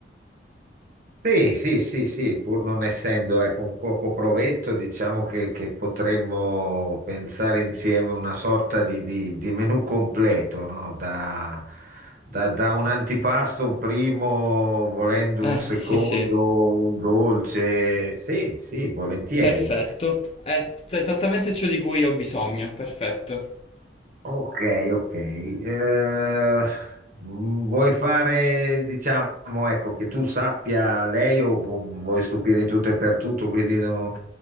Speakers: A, on the right (about 50°); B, on the left (about 35°).
A: Sì, sì, sì, sì, pur non essendo ecco, un cuoco provetto, diciamo che, che potremmo pensare insieme una sorta di, di, di menù completo, no? Da, da- da un antipasto, un primo, volendo
B: Eh,
A: un secondo,
B: sì, sì.
A: un dolce. Sì, sì, volentieri.
B: Perfetto. È esattamente ciò di cui ho bisogno. Perfetto.
A: Ok, ok. Eh, mm, vuoi fare, diciamo, ecco, che tu sappia lei o vu- vuoi stupire in tutto e per tutto, quindi no-